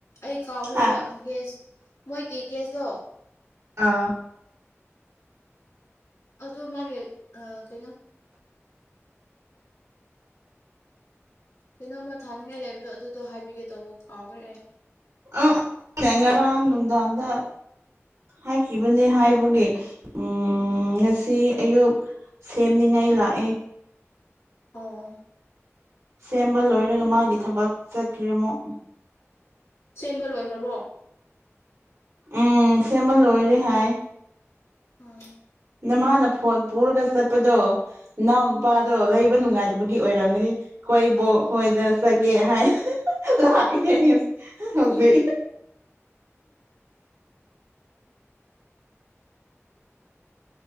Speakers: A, on the left (about 85°); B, on the right (about 85°).
A: ꯑꯩ ꯀꯥꯎꯈ꯭ꯔꯦꯕ
B: ꯍꯥ
A: ꯏꯟ ꯀꯦꯁ ꯃꯣꯏꯒꯤ ꯒ꯭ꯁꯇꯣ
B: ꯑꯥ
A: ꯑꯗꯣ ꯃꯥꯒꯤ ꯀꯩꯅꯣ ꯀꯩꯅꯣꯝꯃ ꯊꯥꯅꯤꯡꯉꯥꯏ ꯂꯩꯕꯗꯣ ꯑꯗꯨꯗꯣ ꯍꯥꯏꯕꯤꯒꯦ ꯇꯧꯕ ꯀꯥꯎꯈ꯭ꯔꯦ ꯑꯦ
B: ꯑ ꯉꯔꯥꯡ ꯅꯨꯡꯗꯥꯡꯗ ꯍꯥꯏꯈꯤꯕꯅꯤ ꯍꯥꯏꯕꯒꯤ ꯎꯝ ꯉꯁꯤ ꯑꯌꯨꯛ ꯁꯦꯝꯅꯤꯡꯉꯥꯏ ꯂꯥꯛꯑꯦ
A: ꯑꯣ
B: ꯁꯦꯝꯕ ꯂꯣꯏꯔꯒ ꯃꯥꯒꯤ ꯊꯕꯛ ꯆꯠꯈ꯭ꯔꯦ ꯑꯃꯨꯛ
A: ꯁꯦꯝꯕ ꯂꯣꯏꯈ꯭ꯔꯕꯣ
B: ꯎꯝ ꯁꯦꯝꯕ ꯂꯣꯏꯔꯦ ꯍꯥꯏ
A: ꯎꯝ
B: ꯅꯃꯥꯅ ꯐꯣꯟ ꯄꯨꯔꯒ ꯆꯠꯄꯗꯣ ꯅꯅꯥꯎ ꯅꯨꯄꯥꯗꯣ
A: ꯎꯝ
B: ꯂꯩꯕ ꯅꯨꯡꯉꯥꯏꯗꯕꯒꯤ ꯑꯣꯏꯔꯝꯒꯅꯤ ꯑꯩꯈꯣꯏꯕꯨ ꯍꯣꯏꯗ ꯆꯒꯦ ꯍꯥꯏ ꯂꯦ ꯍꯅꯤ ꯍꯧꯖꯤꯦ
A: ꯎꯝ